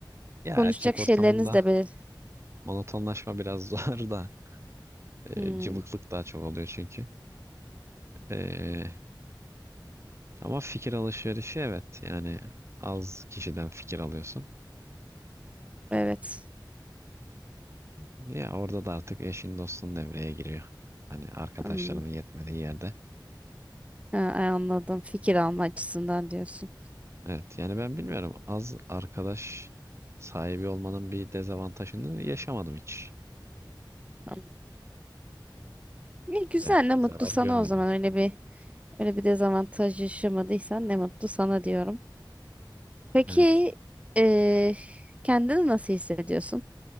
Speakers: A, on the right (about 35°); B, on the right (about 15°).
A: Ya
B: Konuşacak
A: erkek ortamında
B: şeyleriniz de belir.
A: monotonlaşma biraz <laughs> zor da e,
B: Hmm,
A: cıvıklık daha çok oluyor çünkü. E, ama fikir alışverişi evet yani az kişiden fikir alıyorsun.
B: evet.
A: Ya orada da artık eşin dostun devreye giriyor. Hani arkadaşlarının
B: Hmm,
A: yetmediği yerde.
B: ha, ay, anladım. Fikir alma açısından diyorsun.
A: Evet yani ben bilmiyorum az arkadaş sahibi olmanın bir dezavantajını yaşamadım hiç.
B: Hmm. İyi, güzel
A: Evet
B: ne
A: bir
B: mutlu
A: zarar
B: sana
A: görmedim.
B: o zaman. Öyle bir öyle bir dezavantaj yaşamadıysan ne mutlu sana diyorum. Peki
A: Evet
B: eee kendini nasıl hissediyorsun?